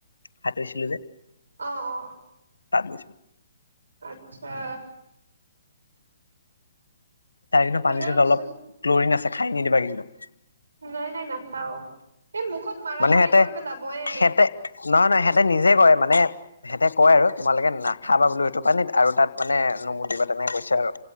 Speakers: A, on the left; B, on the right.
A: সাতুৰিছিলো যে
B: অ-অ
A: তাত গৈছিলো
B: আচ্ছা,
A: তাৰ কিন্তু
B: হ'লেও
A: পানীটোত
B: দেচোন
A: অলপ ক্ল'ৰিন আছে খাই নিদিবা কিন্তু।
B: নাই নাই নাখাও এই মুখত মাৰা
A: মানে
B: মাৰি
A: সিহঁতে
B: কৰোঁতে যাবই এনেও
A: সিহঁতে নহয় নহয় সিহঁতে নিজে কয় মানে সিহঁতে কয় আৰু তোমালোকে নাখাবা বোলো এইটো পানীত আৰু তাত মানে নমূতিবা তেনেকে কৈছে আৰু